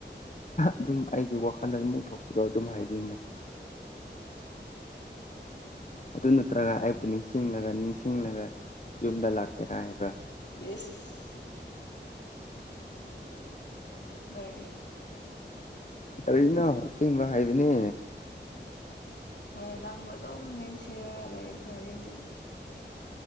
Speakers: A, on the left (about 40°); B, on the left (about 65°).
A: ꯑꯗꯨꯝ ꯑꯩꯒꯤ ꯋꯥꯈꯜꯗ ꯑꯗꯨꯝ ꯎꯊꯣꯛꯄꯗꯣ ꯑꯗꯨꯝ ꯍꯥꯏꯕꯅꯤꯗ ꯑꯗꯨꯅ ꯅꯠꯇ꯭ꯔꯒ ꯑꯩꯕꯨ ꯅꯤꯡꯁꯤꯡꯂꯒ ꯅꯤꯡꯁꯤꯡꯂꯒ ꯌꯨꯝꯗ ꯂꯥꯛꯀꯦꯔ ꯍꯥꯏꯕ꯭ꯔ
B: ꯏꯁ ꯅꯣꯏ
A: ꯀꯔꯤꯅꯣ ꯑꯁꯦꯡꯕ ꯍꯥꯏꯕꯅꯦ
B: ꯍꯣꯏ ꯅꯪꯕꯨ ꯑꯗꯨꯝ ꯅꯤꯡꯁꯤꯡꯔ ꯂꯩꯔꯤꯛꯈ꯭ꯔꯒꯦ ꯑꯗꯨꯗꯤ